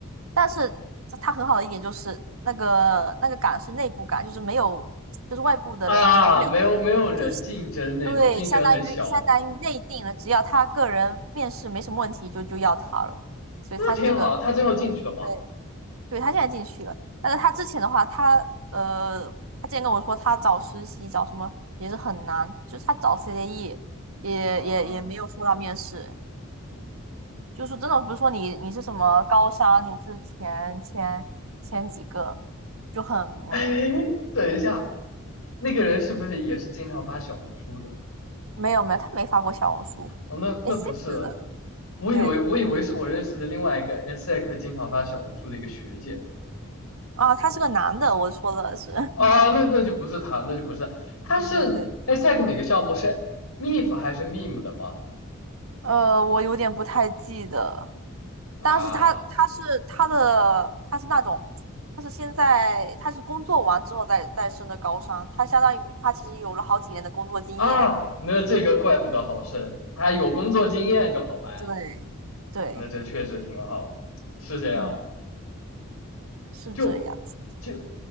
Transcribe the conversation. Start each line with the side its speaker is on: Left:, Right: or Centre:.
Right: 但是他很好的一点就是那个那个岗是内部岗，就是没有就是外部的人投不了，
Left: 啊，没有没有人竞争那种，
Right: 就是对，
Left: 竞争很小那种，
Right: 相当于相当于内定了，只要他个人面试没什么问题就就要他了，所以他是这个。
Left: 那挺好的他最后进去了吗？
Right: 对对，他现在进去了，但是他之前的话，他呃，他之前跟我说他找实习找什么也是很难，就是他找 CDE 也也也没有说到面试，
Left: 啊。
Right: 就是真的不是说你你是什么高商，你是前前前几个，就很嗯，
Left: <laughs> 哎，等一下，那个人是不是也是经常发小红书的？
Right: 没有没有，他没发过小红书
Left: 哦，那那不是了，
Right: a c c 的，
Left: 我以为我以为是我认识的另外一个
Right: 对，
Left: ESSEC 经常发小红书的一个学姐
Right: 啊，他是个男的，我说的是，<laughs>
Left: 啊，那那就不是她，那就不是，她是
Right: 对对对，
Left: ESSEC 哪个项目是 MIF 还是 MIM 的吗？
Right: 呃，我有点不太记得。
Left: 啊
Right: 但是他他是他的他是那种，他是现在他是工作完之后再再升的高商，他相当于他其实有了好几年的工作经验。
Left: 啊，那这个怪不得好深，他有工作经验就好办，
Right: 对，对，
Left: 那这确实挺好，是这样。
Right: 嗯，是这样子。
Left: 就就